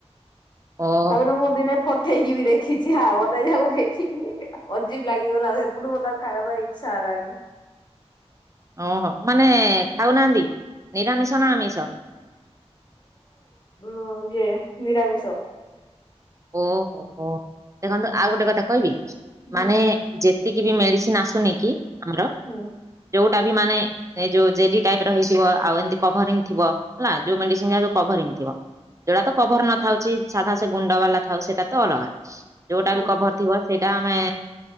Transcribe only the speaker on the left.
ତାପରେ ମୁଁ ଦିନେ ଫଟ ଉଠେଇକି ବି ଦେଖିଛି ହ ମତେ ଯାକ ଦେଖିକି ଅଜୀବ ଲାଗିଗଲା ଆଉ ସେପଠୁ ମତେ ଆଉ ଖାଇବା ପାଇଁ ଇଚ୍ଛା ହେଲାନି।
ମୁଁ ଇଏ ନିରାମିଷ।
ହୁଁ
ହୁଁ।
ହୁଁ।